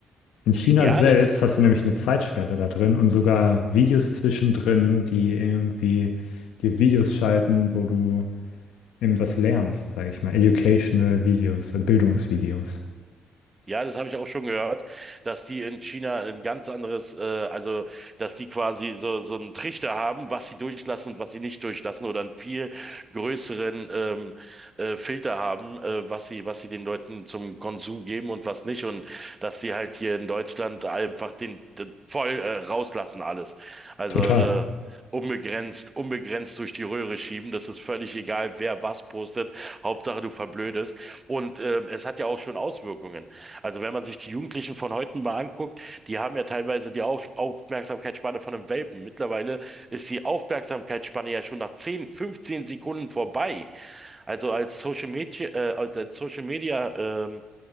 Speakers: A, on the left; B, on the right.
A: In China
B: ja,
A: selbst
B: das,
A: hast du nämlich eine Zeitsperre da drin und sogar Videos zwischendrin, die irgendwie dir Videos schalten, wo du eben was lernst, sage ich mal. Educational Videos, Bildungsvideos.
B: Ja, das habe ich auch schon gehört, dass die in China ein ganz anderes, äh, also dass die quasi so so einen Trichter haben, was sie durchlassen und was sie nicht durchlassen oder einen viel größeren ähm, äh, Filter haben, äh, was sie was sie den Leuten zum Konsum geben und was nicht und dass sie halt hier in Deutschland einfach den, den voll äh, rauslassen alles, also
A: Total.
B: äh, unbegrenzt unbegrenzt durch die Röhre schieben, das ist völlig egal, wer was postet, Hauptsache du verblödest und ähm, es hat ja auch schon Auswirkungen. Also wenn man sich die Jugendlichen von heute mal anguckt, die haben ja teilweise die Auf Aufmerksamkeitsspanne von einem Welpen. Mittlerweile ist die Aufmerksamkeitsspanne ja schon nach 10, 15 Sekunden vorbei. Also als Social Media, äh, als Social Media ähm,